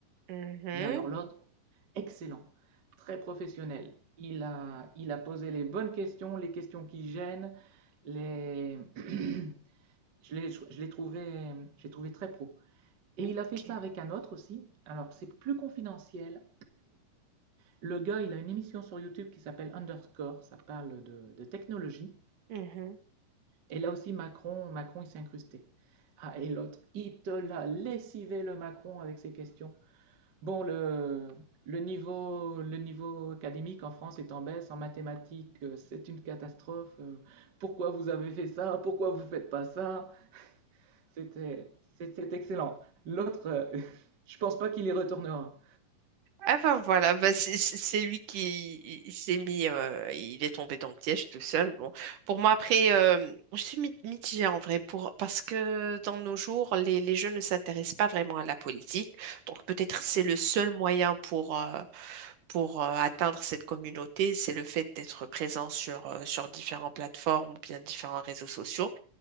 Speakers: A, on the right; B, on the right.
A: Mhm,
B: Mais alors, l'autre, excellent, très professionnel. Il a, il a posé les bonnes questions, les questions qui gênent. Les... <clears throat> <coughs> je l'ai je l'ai trouvé, j'ai trouvé très pro. Et
A: ok.
B: il a fait ça avec un autre aussi. Alors, c'est plus confidentiel. Le gars, il a une émission sur YouTube qui s'appelle Underscore. Ça parle de, de technologie.
A: Mhm.
B: Et là aussi, Macron, Macron, il s'est incrusté. Ah, et l'autre, il te l'a lessivé le Macron avec ses questions. Bon, le, le niveau, le niveau académique en France est en baisse, en mathématiques, euh, c'est une catastrophe. euh, Pourquoi vous avez fait ça? Pourquoi vous ne faites pas ça? C'était, c'est excellent. L'autre, euh, <laughs> je ne pense pas qu'il y retournera.
A: Ah ben voilà, bah c'est c'est- c'est lui qui il, il s'est mis, euh, il est tombé dans le piège tout seul. Bon, pour moi après, euh, je suis mi- mitigée en vrai pour parce que dans nos jours, les, les jeunes ne s'intéressent pas vraiment à la politique. Donc peut-être c'est le seul moyen pour euh, pour euh, atteindre cette communauté, c'est le fait d'être présent sur euh, sur différentes plateformes ou bien différents réseaux sociaux.